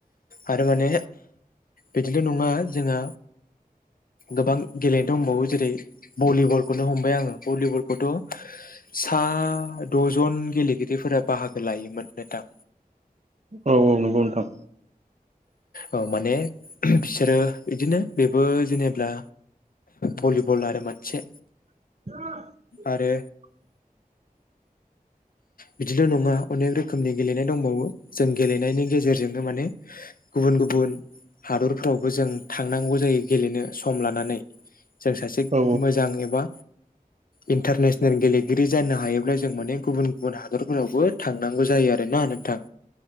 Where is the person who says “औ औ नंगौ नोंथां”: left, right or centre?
Right